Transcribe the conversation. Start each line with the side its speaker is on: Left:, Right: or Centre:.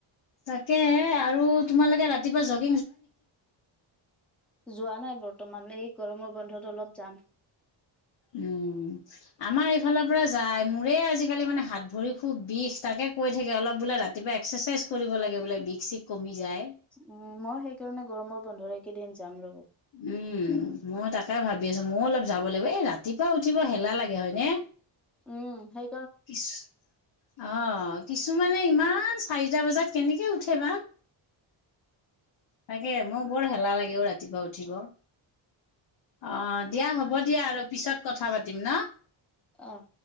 Left: তাকে এ আৰু তোমালোকে ৰাতিপুৱা যক
Centre: যোৱা নাই বৰ্তমান এই গৰমৰ বন্ধত অলপ যাম।
Left: উম, আমাৰ এইফালৰ পৰা যায় মোৰেই আজিকালি মানে হাত, ভৰি খুব বিষ তাকে কৈ থাকে অলপ বোলে ৰাতিপুৱাঁ এক্সাচাইজ কৰিব লাগে বোলে বিষ-চিস কমি যায়।
Centre: উম, মই সেইকাৰণে গৰমৰ বন্ধৰ একেইদিন যাম ৰ'ব।
Left: উম, মই তাকে ভাবি আছোঁ ময়ো অলপ যাব লাগিব এ ৰাতিপুৱা উঠিব হেলা লাগে হয়নে?
Centre: উম, সেই
Left: কিছ অ' কিছুমানে ইমান চাৰিটা বজাত কেনেকে উঠে ঠে বা তাকে মোৰ বৰ হেলা লাগে অ' ৰাতিপুৱা উঠ উঠিব অ' দিয়া হ'ব দিয়া আৰু পিছত কথা পাতিম ন'।
Centre: অ',